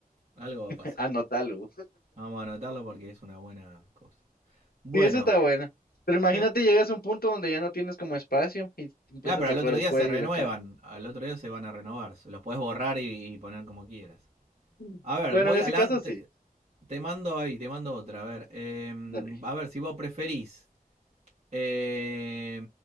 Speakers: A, on the right (about 45°); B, on the left (about 80°).
A: Algo va
B: <laughs>
A: a pasar.
B: Anótalo.
A: Vamos a anotarlo porque es una buena cosa. Bueno.
B: Sí, eso está bueno. Pero imagínate,
A: eh,
B: llegas a un punto donde ya no tienes como espacio y te empieza
A: Ah, pero
B: a tatuar
A: al otro
B: el
A: día
B: cuello
A: se renuevan.
B: y la cara.
A: Al otro día se van a renovar. Los podés borrar y, y poner como quieras.
B: Mm.
A: A ver,
B: Bueno,
A: voy
B: en ese
A: adelante.
B: caso sí.
A: Te, mando ahí, te mando otra. A ver, eh,
B: Dale.
A: a ver si vos preferís eh,